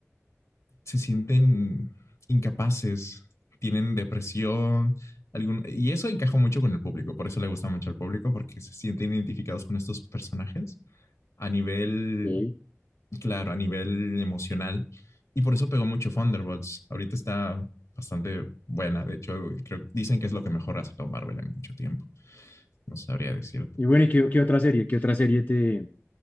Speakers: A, on the left; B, on the left.
A: se sienten incapaces, tienen depresión, algún- y eso encajó mucho con el público, por eso le gusta mucho al público, porque se sienten identificados con estos personajes a nivel,
B: Ok.
A: claro, a nivel emocional, y por eso pegó mucho Thunderbolts. Ahorita está bastante buena, de hecho, creo, dicen que es lo que mejor ha sacado Marvel en mucho tiempo, no sabría decirte.
B: Y bueno, ¿y qué, qué otra serie? ¿Qué otra serie te,